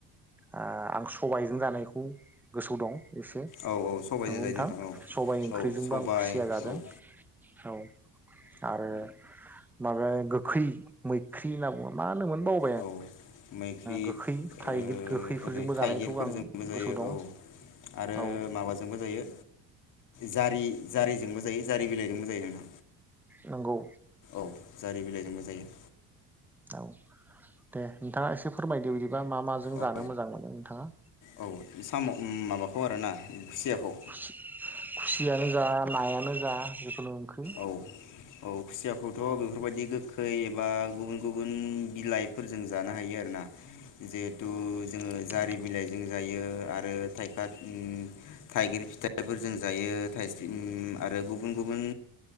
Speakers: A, in the centre; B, on the left (about 55°).
A: ओ आं सबायजों जानायखौ गोसोयाव दं एसे नंगौ
B: औ औ सबाइजों जायो
A: नोंथां
B: औ
A: सबाय ओंख्रिजोंबो
B: औ सबाय
A: आं खुसिया जादों
B: औ
A: औ आरो माबा गोखै मैख्रि होनना बुङो मा होनोमोन बाव ओ
B: औ मैख्रि
A: गोखै थाइगिर
B: ओ
A: गोखैफोरजोंबो
B: ओरै थाइगिरफोरजोंबो
A: जानायखौबो आं
B: जायो
A: गोसोआव दं
B: औ आरो
A: औ
B: माबाजोंबो जायो जारि जारिजोंबो जायो जारि बिलाइजोंबो जायो नोंथां
A: नंगौ
B: औ जारि बिलाइजोंबो जायो
A: औ दे नोंथाङा एसे फोरमायदो बिदि मा मा माजों
B: औ
A: जानो मोजां मोनो नोंथाङा
B: औ साम' माबाखौ आरोना खुसियाखौ
A: खुसियानो जा नायानो जा जिखुनु ओंख्रि
B: औ औ खुसियाखौथ बेफोरबायदि गोखै एबा गुबुन गुबुन बिलाइफोरजों जानो हायो आरो ना जिहेथु जोङो जारि
A: नंगौ
B: बिलाइजों जायो आरो थायफा ओम थाइगिर फिथाइफोरजों जायो थाइस्रि आरो गुबुन गुबुन